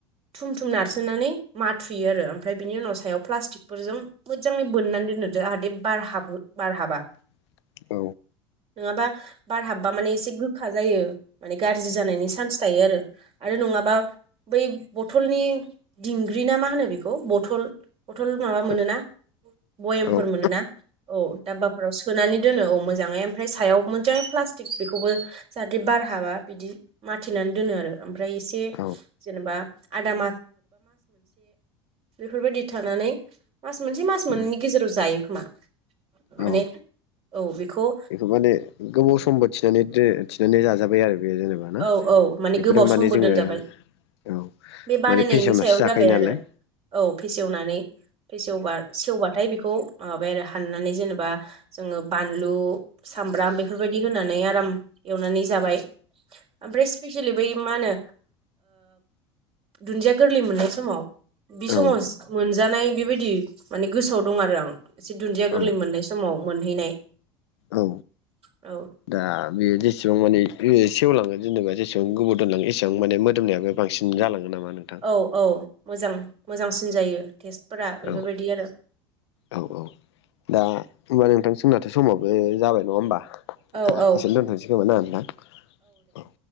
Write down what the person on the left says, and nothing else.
<inaudible>
औ
औ
औ
उम
औ
माने गोबाव समबो थिनानै थिनानै जाजाबाय आरो बेयो जेनेबा ना
बेखौथ'
माने
जोङो
औ
माने फेसवनासो
जाखायो
नालाय।
औ
औ
औ
दा बेयो जेसेबां माने सेवलाङो जेनेबा जेसेबां गोबाव दोनलाङो एसेबां माने मोदोमनायाबो बांसिन जालाङो नामा नोंथां
औ
औ औ दा होमबा नोंथां सोंनाथ' समावबो जाबाय नंङा होमबा।
एसेनो दोनथ'नोसै खोमोन ना होनदां औ।